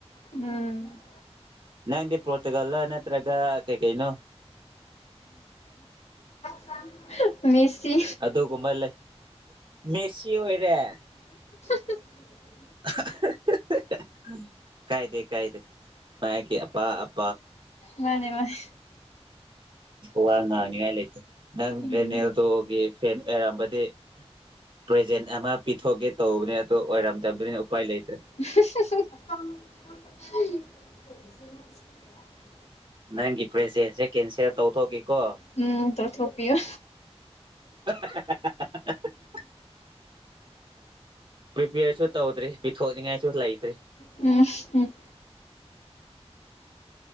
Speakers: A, on the left; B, on the right.
A: ꯎꯝ
B: ꯅꯪꯗꯤ ꯄꯣꯔꯇꯨꯒꯜꯂꯥ ꯅꯠꯇ꯭ꯔꯒ ꯀꯩ ꯀꯩꯅꯣ
A: ꯑꯥ ꯍꯥꯍꯥꯍꯥ ꯃꯦꯁꯤ
B: ꯑꯗꯨꯒꯨꯝꯕ ꯂꯩ ꯃꯦꯁꯤ ꯑꯣꯏꯔꯦ
A: <inaudible>
B: ꯍꯦꯍꯦꯍꯦꯍꯦ ꯀꯥꯏꯗꯦ ꯀꯥꯏꯗꯦ ꯃꯥꯏꯒꯤ ꯑꯄꯥꯝ
A: ꯃꯥꯅꯦ ꯃꯥꯅꯦ
B: ꯋꯥ ꯉꯥꯡꯅꯤꯉꯥꯏ ꯂꯩꯇꯦ ꯅꯪ
A: ꯎꯝ
B: ꯔꯦꯅꯦꯜꯗꯣꯒꯤ ꯐꯦꯟ ꯑꯣꯏꯔꯝꯕꯗꯤ ꯄ꯭ꯔꯖꯦꯟ ꯑꯃ ꯄꯤꯊꯣꯛꯀꯦ ꯇꯧꯕꯅꯦ ꯑꯗꯨ ꯑꯣꯏꯔꯝꯗꯕꯗꯨꯅꯤꯅ ꯎꯄꯥꯏ ꯂꯩꯇ
A: <inaudible>
B: ꯅꯪꯒꯤ ꯄ꯭ꯔꯦꯖꯦꯟꯁꯦ ꯀꯦꯟꯁꯦꯜ ꯇꯧꯊꯣꯛꯈꯤꯀꯣ
A: ꯎꯝ ꯇꯧꯊꯣꯛꯄꯤꯌꯣ
B: <inaudible> ꯄ꯭ꯔꯤꯄ꯭ꯌꯔꯁꯨ ꯇꯧꯗ꯭ꯔꯤ ꯄꯤꯊꯣꯛꯅꯤꯡꯉꯥꯏꯁꯨ ꯂꯩꯇ꯭ꯔꯤ
A: ꯎꯝ ꯎꯝ